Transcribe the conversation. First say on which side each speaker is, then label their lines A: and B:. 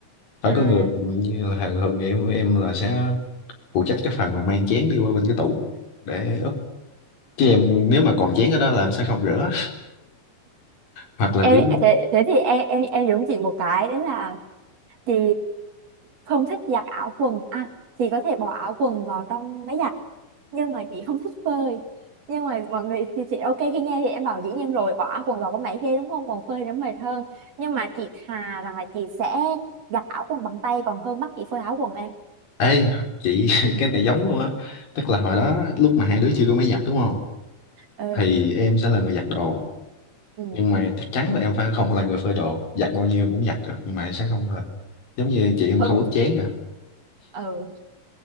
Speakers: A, on the left (about 75°); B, on the right (about 50°).
A: Phải
B: à
A: có người như là hàng thường em em là sẽ phụ trách cái phần mà mang chén đi qua bên cái tủ để ướp. Chứ em nếu mà còn chén ở đó là em sẽ không rửa. Hoặc là
B: em
A: kiểu
B: thế, thế thì em em em giống chị một cái đấy là chị không thích giặt áo quần à chị có thể bỏ áo quần vào trong máy giặt nhưng mà chị không <laughs> thích phơi nhưng mà mọi người thì chị ok khi nghe thì em bảo dĩ nhiên rồi bỏ áo quần vào có máy giây đúng không còn phơi nó mệt hơn nhưng mà chị thà rằng là chị sẽ giặt áo quần bằng tay còn hơn bắt chị phơi áo quần em
A: Ê, chị <laughs> cái này giống luôn á tức là hồi đó lúc mà hai đứa chưa có máy giặt đúng không
B: ừ
A: thì em sẽ là người giặt đồ
B: ừ
A: nhưng mà chắc chắn là em phải không là người phơi đồ giặt bao nhiêu em cũng giặt được nhưng mà em sẽ không phơi giống như chị em
B: ừ,
A: không ướp chén cả
B: ừ.